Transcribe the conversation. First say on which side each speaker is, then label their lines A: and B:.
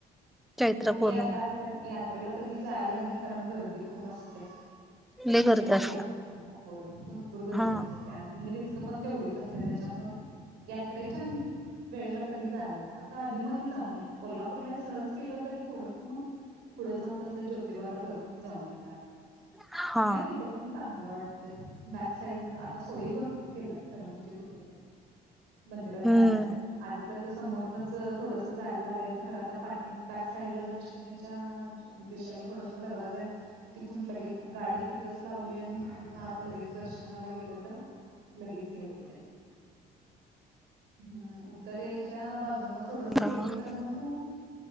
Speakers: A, in the centre; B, on the right.
A: चैत्र
B: मोठी
A: पौर्णिमेला
B: यात्रा असते यात्रेत मग कधी जायला नाही कारण गर्दी खूप असते.
A: लय गर्दी
B: चैत्र
A: असते
B: पौर्णिमेला होय भरपूर गर्दी
A: हा
B: असते आणि रिस्क पण तेवढीच असते त्याच्यामुळ यात्रेच्या वेळेला कधी जायला नाही असं आधी मधी जाऊन येते कोल्हापूरला सहज केलं तरी थोडस मग पुढं जाऊन तसं ज्योतिबाला जाऊन येणार
A: हा
B: आहेय तिथे पण चांगल नॉट द बॅक साईडन आता सोयी भरपूर खरं म्हणजे तिथ पण मंदिरात
A: हम्म
B: जाण्यासाठी आधी कसं समोरनच थोडस जायला लागायचं खरं आता पाटि बॅक साइड ला दक्षिणेच्या दिशेला थोडासा दरवाजा आहे, तिथून लगेच गाडी तिथच लावली आणि तिथून आज लगेच दर्शनाला गेलं तर लगेच हे होते हम्म दरेच्या बाजून थोडंस
A: का
B: गेलं तर मग